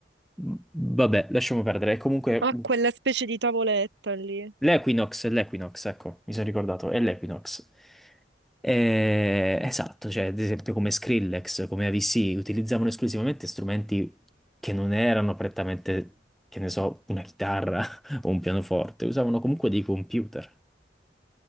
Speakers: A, in the centre; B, on the right.
A: Vabbè, lasciamo perdere. Comunque,
B: ha quella specie di tavoletta lì,
A: L'Equinox, l'Equinox, ecco, mi sono ricordato, è l'Equinox. Eh, esatto, cioè ad esempio come Skrillex, come AVC, utilizzavano esclusivamente strumenti che non erano prettamente, che ne so, una chitarra <laughs> o un pianoforte, usavano comunque dei computer.